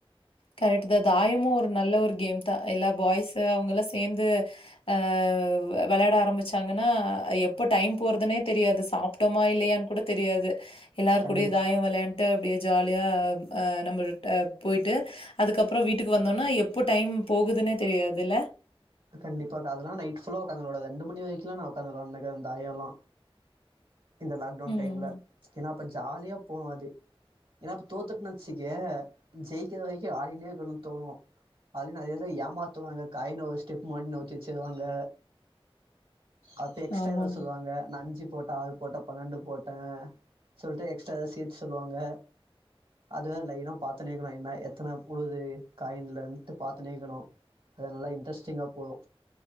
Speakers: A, on the left (about 75°); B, on the right (about 60°).
A: கரெக்ட் தான் தாயமும் ஒரு நல்ல ஒரு கேம் தான் எல்லா பாய்ஸ்ஸு அவங்கள சேந்து அ வெளாட ஆரம்பிச்சாங்கன்னா எப் போ டைம் போறதுனே தெரியாது சாப்ட்டோமா இல்லையான்னு கூட தெரியாது எல்லார்
B: கண்டிப்பா
A: கூடயும் தாயம் வெளையா ட்டு அப்டியே ஜாலியா அ நம்ள்ட்ட போயிட்டு அதுக்கப்பறம் வீட்டுக்கு வந்தோனா எப்போ டைம் போகுதுனே தெரியாதுல்ல
B: கண்டிப்பா கா அதல்லாம் நைட் ஃபுல்ல ஒக்காந்து வெளாட ரெண்டு மணி வரைக்கும்ல்லா நா ஒக்காந்து வெளண்டேன் கா இந்த தாயல்லா இந்த லாக்டவுன்
A: ம்.
B: டைம்ல ஏனா அப்ப ஜாலியா போவு அது ஏனா இப்ப தோத்துட்டுன்னு வெச்சுக்கயே ஜெயிக்கர வரைக்கு ஆடினே இருக்கணும் தோணு அது நெறையவே ஏமாத்துவாங்க காயின் ஒரு ஸ்டெப் மாட் நோத்திச் வெச்சுருவாங்க அப்ப எக்ஸ்ட்ரா
A: ஆமாமா.
B: எதாவது சொல்லுவாங்க நா அஞ்சு போட்ட ஆறு போட்டன் பன்னெண்டு போட்டேன் சொல்ட்டு எக்ஸ்ட்ரா எதா சேத்து சொல்லுவாங்க அதுவே லைன்னா பாத்துனேக்கணும் என்ன எத்தனை உழுது காயின்லன்ட்டு பாத்தனேக்கணு அத நல்லா இன்ட்ரெஸ்டிங்கா போவ்